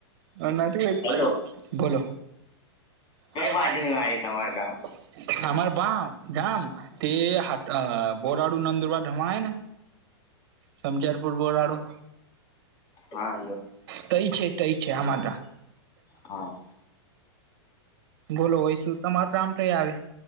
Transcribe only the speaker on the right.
હ નાટ <unintelligible>
બોલો કઈ
વાજ
વાય
મારા
આર બામ જામ તે હાટ બરાડુ નંદ્રબાર ધમાાયને સમજારપુર બોરાડો
કય છે તય છે આમા
બોલો હોય શું તમારું કમ તોઈ આવે